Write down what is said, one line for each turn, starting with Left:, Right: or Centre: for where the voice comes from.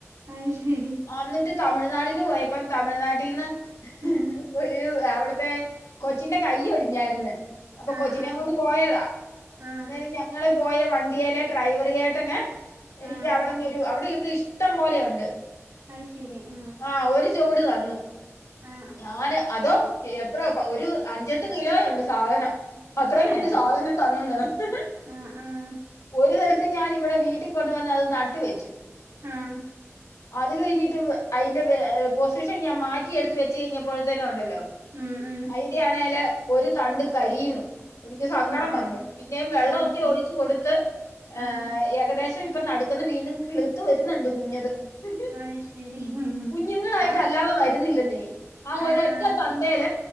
Right: അത് ശരി
Left: അന്നിട്ട് തമിഴ്നാടിന് പോയപ്പം തമിഴ്നാട്ടിൽന്ന് ഹ്
Right: ഉം
Left: ഹ് ഒരു അവിടത്തെ കൊച്ചിന്റെ കൈ ഒടിഞ്ഞായിർന്നു അപ്പൊ
Right: ആ
Left: കൊച്ചിനെ
Right: ആ
Left: കൊണ്ട് പോയതാ
Right: ആ
Left: അന്നേരം ഞങ്ങള് പോയ വണ്ടിയെലെ ഡ്രൈവർ ചേട്ടൻ എനിക്ക്
Right: ആ
Left: അവിടന്ന ഒരു അവിടെയൊക്കെ ഇഷ്ടം പോലെയുണ്ട്
Right: അത് ശരി ആ
Left: ആഹ് ഒരു ചുവട് തന്നു
Right: ആ ആ
Left: ഞാന് അതോ എത്ര ഒരു അഞ്ചെട്ട് കിലോയ ഉണ്ട് സാധനം അത്രയും
Right: ആ ഏ
Left: വലിയ സാധനം തന്നന്ന് ഹ് ഹ്
Right: ആഹ് ആഹ്
Left: ഒരു തരത്തി ഞാൻ ഇവിടെ വീട്ടിൽ കൊണ്ടുവന്ന് അത് നട്ട് വെച്ചു
Right: ആഹ്..
Left: അത് കഴിഞ്ഞിട്ട് അതിന്റെ പൊസിഷൻ ഞാൻ മാറ്റിയെടുത്ത് വെച്ച കഴിഞ്ഞപ്പോഴത്തന്നെ ഉണ്ടല്ലോ
Right: ഉം ഉം
Left: അയിന്റെയാണേല ഒരു തണ്ട് കരിയുന്നു എനിക്ക് സങ്കടം
Right: ആഹ് ആഹ്
Left: വന്നു പിന്നേം വെള്ളമൊക്കെ
Right: ആഹ്
Left: ഒഴിച്ചു കൊടുത്ത് ഹ്
Right: ആഹ്
Left: ഏകദേശം ഇപ്പം നടുക്കുന്ന് വീണ്ടും കിളുത്ത് വരുന്നുണ്ട് കുഞ്ഞത് ഹ് ഹ്
Right: അത് ശരി ഉം
Left: കുഞ്ഞുങ്ങളായിട്ട്
Right: ആഹ്
Left: അല്ലാതെ വരുന്നില്ലെന്നെ ആ ഒരൊറ്റ
Right: ആഹ്
Left: തണ്ട് തണ്ടേൽ